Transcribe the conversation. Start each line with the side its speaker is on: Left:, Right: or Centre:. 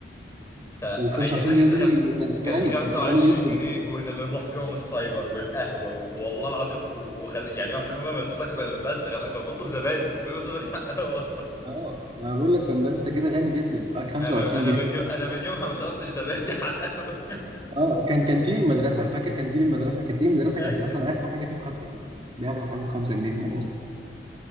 Left: ف- فأيامها
Right: و25
Left: كانت
Right: جنيه
Left: الخم...
Right: دول ي- ده انت
Left: كانت
Right: غني
Left: ال 25
Right: انت غني جدا
Left: جنيه كنا بنروح بيهم السايبر والقهوة و... والله العظيم و... وخل... يعني احنا ما تفتكر كنا بنبزغ احنا كنا بنطلب زبادي كنا بنطلب زبادي <laughs> والله
Right: اه ما بقول لك كان انت كده غني جدا معاك 25
Left: انا انا
Right: جنيه
Left: من يو... انا من يومها ما شربتش زبادي على القهوه <laughs>
Right: اه كان كانتين المدرسه فاكر كانتين المدرسه كانتين المدرسه
Left: ايوه
Right: كانت مثلا اغلى حاجه فيه ب 5 جنيه دي اغلى حاجه ب 5 جنيه في المدرسه